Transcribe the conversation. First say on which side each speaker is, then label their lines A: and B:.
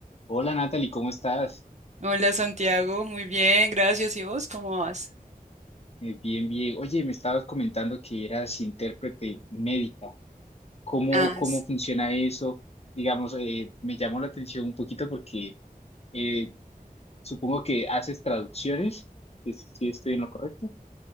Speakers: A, on the left; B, on the right.
A: Hola Natalie, ¿cómo estás?
B: Hola Santiago, muy bien, gracias. ¿Y vos cómo vas?
A: Eh, bien, bien. Oye, me estabas comentando que eras intérprete médica. ¿Cómo,
B: Ah,
A: cómo
B: sí.
A: funciona eso? Digamos, eh, me llamó la atención un poquito porque eh, supongo que haces traducciones, si si estoy en lo correcto.